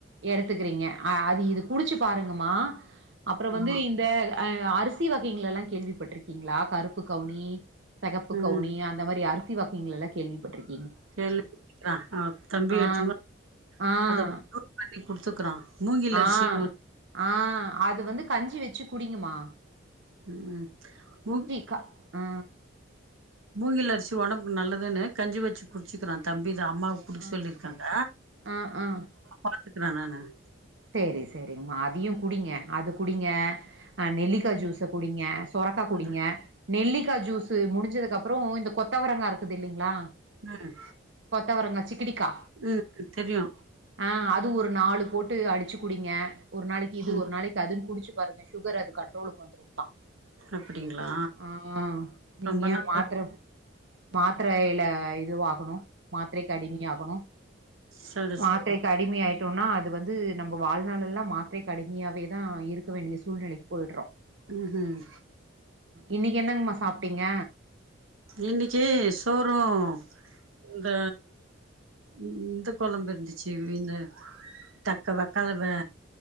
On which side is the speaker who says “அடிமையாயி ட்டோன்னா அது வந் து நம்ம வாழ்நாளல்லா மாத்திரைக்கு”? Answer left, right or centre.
Right